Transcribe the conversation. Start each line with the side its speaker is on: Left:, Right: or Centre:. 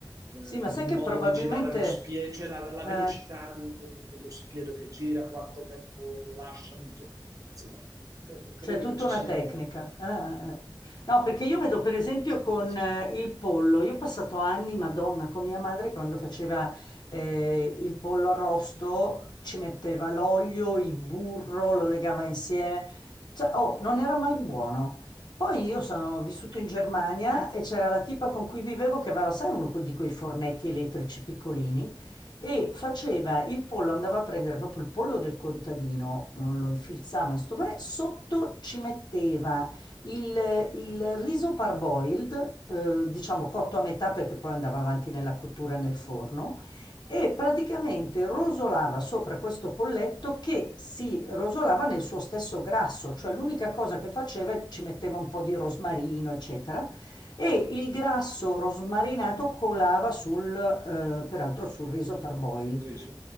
Right: eh, il
Left: Sì, ma sai che
Right: modo
Left: probabilmente...
Right: di girare lo spiedo, cioè la, la- la
Left: eh,
Right: velocità di- de- dello spiedo che gira, quanto tempo lo lasciano, in che- insomma, credo, credo
Left: C'è tutta
Right: che ci
Left: una
Right: siano,
Left: tecnica. Ah, ah, ah. No, perché io vedo per esempio
Right: secondo
Left: con
Right: me sì.
Left: eh, il pollo, io ho passato anni, Madonna, con mia madre quando faceva eh, il pollo arrosto, ci metteva l'olio, il burro, lo legava insieme. Cioè, oh, non era mai buono. Poi io sono vissuto in Germania
Right: <laughs>
Left: e c'era la tipa con cui vivevo che aveva, sai, uno di quei fornetti elettrici piccolini e faceva il pollo, andava a prendere proprio il pollo del contadino, mm, lo infilzava in sto panè, sotto ci metteva il, il riso parboiled, eh, diciamo cotto a metà perché poi andava avanti nella cottura nel forno, e praticamente rosolava sopra questo polletto che si rosolava nel suo stesso grasso, cioè l'unica cosa che faceva ci metteva un po' di rosmarino, eccetera e il grasso rosmarinato colava sul, eh, peraltro sul riso parboiled.
Right: Un riso?